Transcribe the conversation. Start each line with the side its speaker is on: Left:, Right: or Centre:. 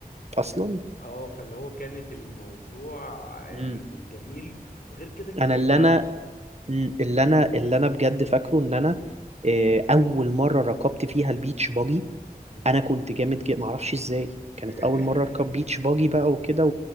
Right: اصلا
Left: اه فاللي هو كانت الموضوع يعني
Right: مم.
Left: جميل وغير كده كمان
Right: انا اللي
Left: بعده
Right: انا مم. اللي انا اللي انا بجد فاكره ان انا آه، اول مره ركبت فيها البيتش باجي
Left: مم.
Right: انا كنت جامد جدا معرفش ازاي كانت
Left: <laughs>
Right: اول مره اركب بيتش باجي بقى وكده